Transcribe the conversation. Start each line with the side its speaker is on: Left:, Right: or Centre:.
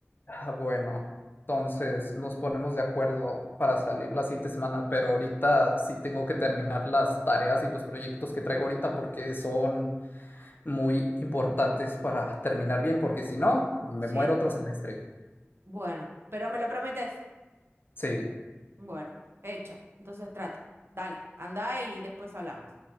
Left: Ah, bueno, entonces nos ponemos de acuerdo para salir la siguiente semana, pero ahorita sí tengo que terminar las tareas y los proyectos que traigo ahorita porque son muy importantes para terminar bien, porque si no, me
Right: Sí,
Left: muero otro semestre.
Right: bueno, pero me lo prometes.
Left: Sí.
Right: Bueno, hecho. Entonces trato. Dale, anda y después hablamos.